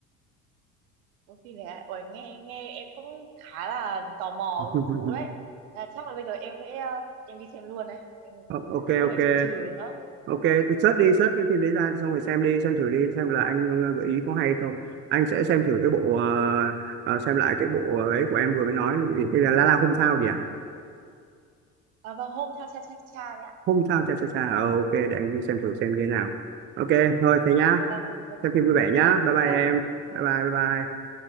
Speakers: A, on the right (about 65°); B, on the right (about 30°).
A: Ôi phim này ôi nghe nghe em cũng khá là tò mò
B: <laughs>
A: hứng thú đấy à, chắc là bây giờ em sẽ ờ, em đi xem luôn này em
B: Ờ, ok
A: không
B: ok
A: phải chần chừ nữa
B: ok thì search đi search cái phim đấy ra xong rồi xem đi xem thử đi xem là anh ờ, gợi ý có hay không anh sẽ xem thử cái bộ ờ, ờ, xem lại cái bộ ấy của em vừa mới nói là cái gì? Cái là La La không sao gì à
A: à, vâng hôm cha cha cha cha đấy ạ
B: không sao cha cha cha ờ, ok để anh đi xem thử xem như thế nào ok thôi thế nhá
A: à, vâng vâng
B: xem phim vui vẻ nhá bye
A: Dạ
B: bye
A: vâng,
B: em
A: Dạ rồi.
B: bye bye bye
A: Vâng.
B: bye